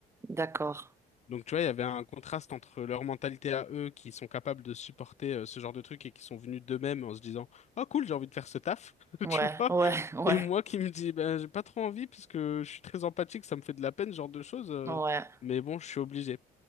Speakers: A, on the right; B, on the left.
A: D'accord,
B: Donc, tu vois, il y avait un contraste entre leur mentalité à eux, qui sont capables de supporter euh, ce genre de truc et qui sont venus d'eux-mêmes en se disant, Oh cool, j'ai envie de faire ce taf, <laughs>
A: ouais,
B: tu vois.
A: ouais, <laughs> ouais,
B: Et moi qui me dis, ben, j'ai pas trop envie parce que je suis très empathique, ça me fait de la peine, ce genre de choses, euh,
A: ouais.
B: mais bon, je suis obligé.